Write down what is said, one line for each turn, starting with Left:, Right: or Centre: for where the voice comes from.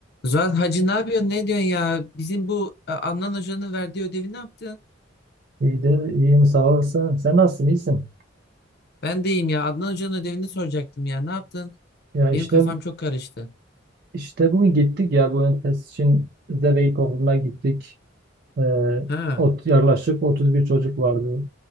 Left: Zuhal Hacı ne yapıyorsun? Ne diyorsun ya? Bizim bu e, Adnan Hoca'nın verdiği ödevi ne yaptın?
Right: İyidir, iyiyim sağ olasın. Sen nasılsın, iyisin?
Left: Ben de iyiyim ya. Adnan Hoca'nın ödevini soracaktım ya. Ne yaptın?
Right: Ya
Left: Benim
Right: işte
Left: kafam çok karıştı.
Right: işte bugün gittik ya bu ön test için Zeveyk okuluna gittik. Ee,
Left: Ha.
Right: ot, yaklaşık 31 çocuk vardı.